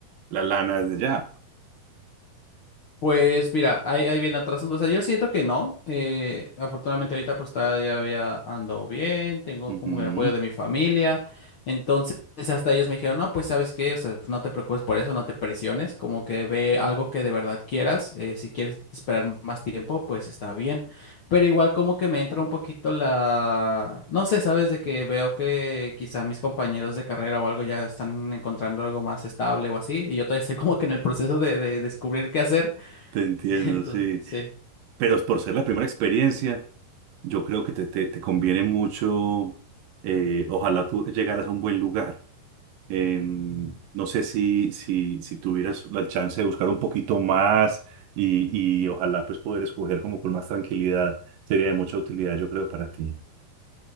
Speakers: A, on the right (about 70°); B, on the left (about 55°).
A: la lana desde ya.
B: Pues mira, ahí, ahí viene atrás. O sea, yo siento que no. Eh, afortunadamente ahorita pues todavía ando bien, tengo
A: Ujú,
B: como el apoyo de mi familia. Entonces hasta ellos me dijeron, no, pues sabes qué, o sea, no te preocupes por eso, no te presiones, como que ve algo que de verdad quieras. eh, si quieres esperar más tiempo, pues está bien. Pero igual como que me entra un poquito la... No sé, sabes, de que veo que quizá mis compañeros de carrera o algo ya están encontrando algo más estable o así, y yo todavía estoy como que en el proceso de de descubrir qué hacer.
A: te entiendo,
B: <laughs> Entonces,
A: sí.
B: sí.
A: Pero por ser la primera experiencia. Yo creo que te, te, te conviene mucho, eh, ojalá tú llegaras a un buen lugar. Em,
B: mm,
A: no sé si, si, si tuvieras la chance de buscar un poquito más y, y ojalá pues poder escoger como con más tranquilidad, sería de mucha utilidad yo creo para ti.